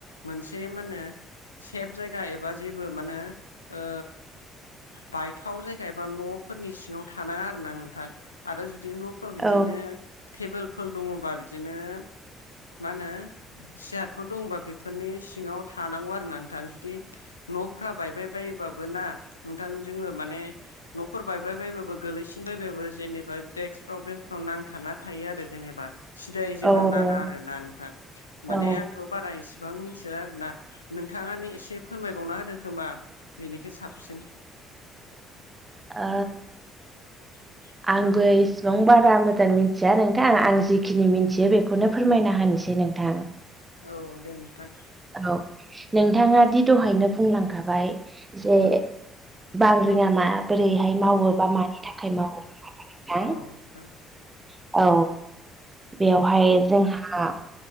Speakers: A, on the left (about 80°); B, on the right (about 20°).
A: मोनसे मानो सेफ जायगा एबा जेबो मानो ओ बायथाव जायगा एबा न'फोरनि सिङाव थानाङा आरोना नोंथां आरो जुदि न' फाव
B: औ
A: बिदिनो टेबोलफोर दङबा बिदिनो मा होनो सियारफोर दंबा बेफोरनि सिङाव थानांगौ आरो ना नोंथां जुदि न'फ्रा बायबाय बायोबाबो ना नोंथां जोङो माने फोर बायबाय बबाबो गोलैसिन बबाबो जेनेबा दडेक्सफ्राव बेन्सफ्राव नांथाना थायो आरो जेनेबा सिदाय जोंनाव
B: औ
A: नाङा आरोोना नोंथां माने
B: औ ओ
A: आंथ' बारा इसिबां मिथिया आरोना नोंथाङानो एसे फोरमायबावना होदो खोमा बेनिखो साबसिन
B: ओ
A: <inaudible>
B: आंबो इसिबां बारा मोजां मिथिया नोंथां आं जिखिनि मिथियो बेखौनो फोरमायना होनसै नोंथां
A: औ दे नोंथां।
B: औ नोंथाङा दि दहायनो बुंलांखाबाय जे
A: औ
B: बांग्रिङा म बोरैहाय मावो बा मानि थाखाय मावो <unintelligible>
A: औ नोंथां
B: औ बेवहाय जोंहा